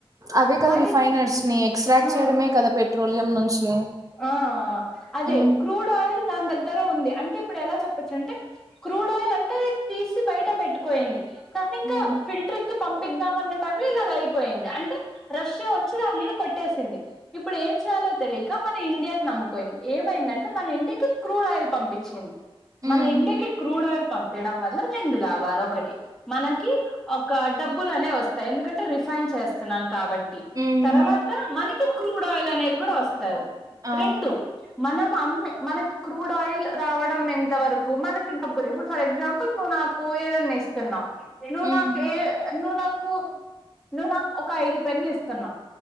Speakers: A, on the right (about 35°); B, in the centre.
A: అవే కదా
B: వాటి
A: రిఫైనర్స్ ని ఎక్స్ట్రాక్ట్
B: ఆ
A: చేయడమే కదా పెట్రోలియం నుంచి
B: ఆ అదే
A: ఉమ్
B: క్రూడ్ ఆయిల్ దాని దగ్గర ఉంది అంటే ఇప్పుడు ఎలా చెప్పొచ్చు అంటే క్రూడ్ ఆయిల్ అంటే అది తీసి బయట పెట్టుకొయింది కానీ ఇంకా
A: ఉమ్,
B: ఫిల్టరింగ్ కి పంపిద్దాం అన్న టైం లో ఇలాగ అయిపోయింది అంటె రష్యా వచ్చి దాని మీద కొట్టేసింది ఇప్పుడు ఏం చేయాలో తెలియక మన ఇండియాని నమ్ముకోయింది ఏమైందంటే మన ఇండికి క్రూడ్ ఆయిల్ పంపిచింది
A: ఉమ్,
B: మన ఇండికి క్రూడ్ ఆయిల్ పంపడం వల్ల రెండు లాభాలు ఒకటి మనకి ఒక డబ్బులనే వస్తాయ్ ఎందుకంటే రిఫైన్ చేస్తున్నాం కాబట్ ట్టి
A: ఉమ్,
B: తర్వాత మనకి క్రూడ్ ఆయిల్ అనేది గూడ వస్తాది
A: ఆ
B: రెండు మనం అమ్ మనకు క్రూడ్ ఆయిల్ రావడం ఎంత వరకు మనకి డబ్బులు ఇప్పుడు ఫర్ ఎగ్జాంపుల్ నువ్వు నాక్ కూ ఎదన్న ఇస్ స్తున్నవ్ నువ్వు
A: ఉమ్,
B: నాకు ఏ నువ్వు నాకు నువ్వు నాకు ఒక ఐదు పెన్నులు ఇస్తున్నావ్